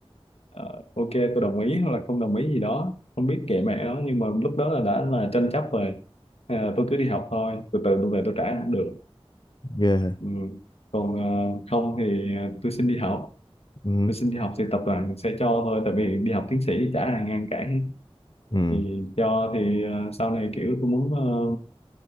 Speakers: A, on the left; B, on the left.
A: ờ, ok tôi đồng ý hoặc là không đồng ý gì đó không biết kệ mẹ nó nhưng mà lúc đó là đã là tranh chấp rồi à, tôi cứ đi học thôi từ từ tôi về tôi trả cũng được
B: ghê
A: ừ. còn ờ, không thì ờ, tôi xin đi học
B: ừ.
A: tôi xin đi học thì tập đoàn sẽ cho thôi tại vì đi học tiến sĩ chả ai ngăn cản
B: Ừ.
A: thì cho thì ờ, sau này kiểu tôi muốn ờ,